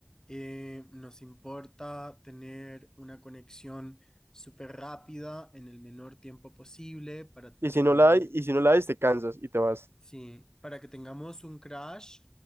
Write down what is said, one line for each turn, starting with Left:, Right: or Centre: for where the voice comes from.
Left: eh, nos importa tener una conexión súper rápida en el menor tiempo posible para
Right: Y
Left: que
Right: si
Left: tengamos
Right: no la hay, y si no la hay, te cansas y te vas.
Left: Sí, para que tengamos un crash,